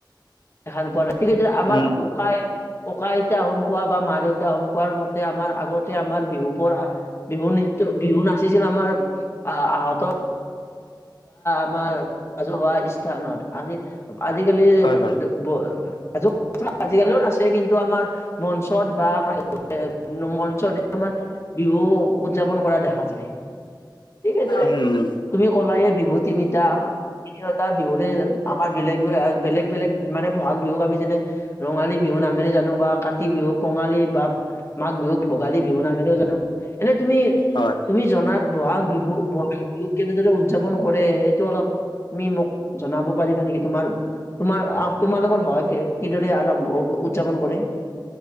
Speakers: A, on the left (about 35°); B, on the left (about 65°).
A: দেখা নোপোৱা, নাই ঠিক সেই আমাৰ
B: উম
A: ককাই ককা আইতা সোনকোৱা, বা মা দেউতা সোনকোৱাৰ মতে আমাৰ আগত তে আমাৰ বিহু বোৰ বিহু নৃত্য, বিহু নাচিছিল আমাৰ আহত <unintelligible> ৰাজহুৱা স্থানত, আজি আজিকালি <unintelligible>
B: হয় হয়
A: আজিকালি আছে কিন্তু আমাৰ মঞ্চত বা আমাৰ <unintelligible> মঞ্চত আমাৰ বিহু উদযাপন কৰা দেখা যায়, ঠিক সেইদৰে
B: উম উম
A: তুমি কলাই বিহু তিনি এতিয়া তিনিওটা বিহুৰে আমাৰ বেলেগ বেলেগ বেলেগ মানে বহাগ বিহুক আমি যেনে ৰঙালী বিহু নামেৰে জানো বা কাতি বিহুক কঙালী বা মাঘ বিহুক ভোগালী বিহু নামেৰেও জানো, এনে তুমি
B: হয়
A: তুমি জনাত বহাগ বিহু বহাগ বিহুক কেনেদৰে উদযাপন কৰে, সেইটো অলপ তুমি মোক জনাব পাৰিবা নেকি? তোমাৰ তোমাৰ তোমালোকৰ ঘৰত কিদৰে আৰম্ভ উদযাপন কৰে?